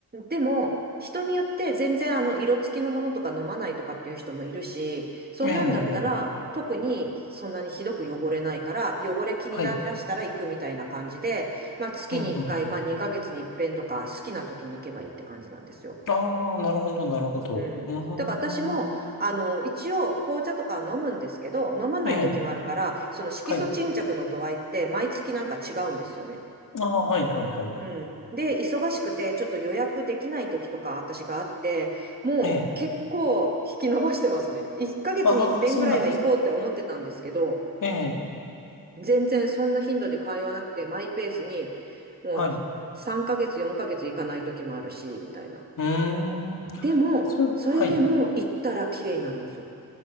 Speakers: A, on the right (about 25°); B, on the left (about 60°).
A: でも、人によって全然あの、色付きのものとか飲まないとかっていう人もいるし、そんなんだったら、
B: ええ。
A: 特にそんなにひどく汚れないから、汚れ気になりだしたら行くみたいな感じで、
B: はい。
A: まあ月に1回、
B: うん、うん、うん。
A: まあ2ヶ月に一遍とか、好きな時に行けばいいって感じなんですよ。
B: ああ、なるほど、なるほど。
A: うん。
B: うーん。
A: だから私も、あの、一応紅茶とかは飲むんですけど、飲まない時もあるから、
B: ええ。
A: その色素沈着の度合いって毎月なんか違うんですよね。
B: はい。ああ、はい、はい、はい、はい。
A: うん。で、忙しくて、ちょっと予約できない時とか私があって、もう結構引き延ばしてますね。
B: ええ。
A: 1ヶ月に一遍ぐらいは行こうって思ってたんですけど、
B: ああ、そうなんですか。ええ。
A: 全然そんな頻度で通わなくて、マイペースに、もう3ヶ月、
B: はい。
A: 4ヶ月行かない時もあるし、みたいな。
B: うーん。
A: でも、
B: それ、
A: それでも行ったら綺麗になるんですよ。
B: はい。